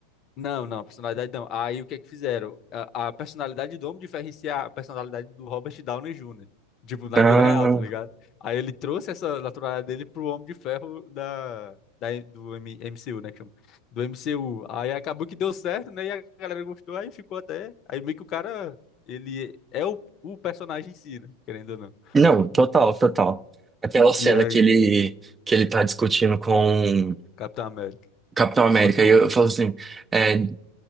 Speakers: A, on the left; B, on the right.
A: não, não, a personalidade não. Aí o que é que fizeram? A, a personalidade do Homem de Ferro em si é a personalidade do Robert Downey Jr. Tipo, na
B: Ah,
A: vida real, tá ligado? Aí ele trouxe essa naturalidade dele pro Homem de Ferro da, da- do M- MCU, né? que chama? Do MCU. Aí acabou que deu certo, né? E a galera gostou, aí ficou até. Aí meio que o cara, ele é o, o personagem em si, né? Querendo ou não.
B: não, total, total. Aquela cena
A: E aí?
B: que ele, que ele tá discutindo com o
A: Capitão América.
B: Capitão América,
A: É o mais famoso.
B: e eu, eu falo assim. é,